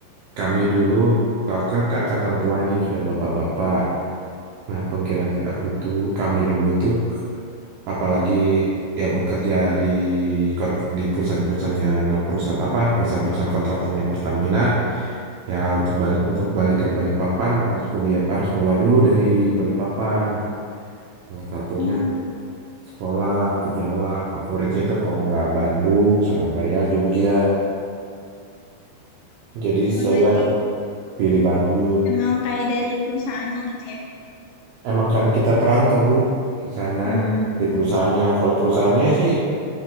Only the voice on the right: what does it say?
kami dulu, eh, ke angkatan tua nih sudah bapak-bapak. Nah, pemikiran aku itu, kami dulu tuh, apalagi yang bekerja di kon- di perusahaan-perusahaannya, nah perusahaan apa, perusahaan-perusahaan kontraktornya Pertamina, ya untuk balik untuk balik ke Balikpapan harus kuliah, harus keluar dulu dari Balikpapan. Salah satunya
sekolah ke Jawa, favoritnya itu kalau nggak Bandung, Surabaya, Jogja. Jadi
saya
pilih Bandung.
Emang karena kita perantau, Bu, ke sana
di perusahaannya. Kalau perusahaannya sih